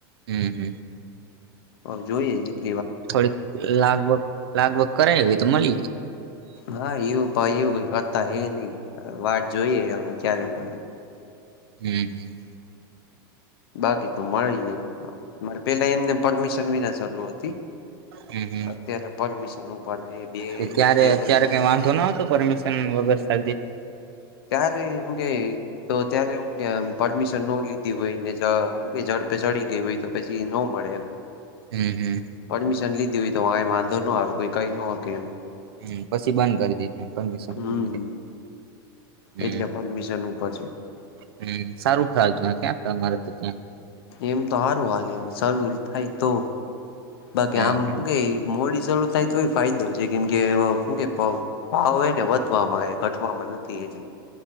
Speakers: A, on the right; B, on the left.
A: હમ્મ હમ્મ
B: હ જોઈએ જ.
A: થોડીક લાગવગ લાગવગ કરાઈ હોય તો મલી
B: હા એવું પણ એવું ક કરતા હ નહી વાત જોઈએ હવે ક્યારે મળે
A: હમ હમ.
B: બાકી તો મળી જાય, માર પેલા એમને પરમિશન વિના શરૂ હતી.
A: હમ, હમ
B: અત્યારે પરમિશન ઉપર બે
A: તે ત્યારે
B: એક બે વર્ષ
A: ત્યારે કાઈ વાંધો ના આવતો પરમિશન વગર <unintelligible>
B: ત્યારે હું કે તો ત્યારે હું કે આમ પરમિશન ન લીધી હોયને મ કે જડ ચડી ગઈ હોય તો પછી ન મળે એમ.
A: હમ હમ.
B: પરમિશન લીધી હોય તો કઈ વાંધો ન આવે કોઈ કઈ ન હો કે એમ.
A: હમ, પસી બંધ કરી દે પરમિશન
B: હમ
A: મલી જાય. હમ્મ
B: એટલે પરમિશન ઉપર છે
A: હમ્મ સારું ખ્યાલ ત ક્યાં <unintelligible>
B: એમ તો હારું હલે હવે શરૂરી થાય તો બાકી
A: હમ
B: આમ
A: હમ
B: હુ કે મોડી શરૂુ થાય થઈ ફાયદો છે કેમ કે કે ભાવ હો ને વધવામાં હે ઘટવામાં નથી એટલી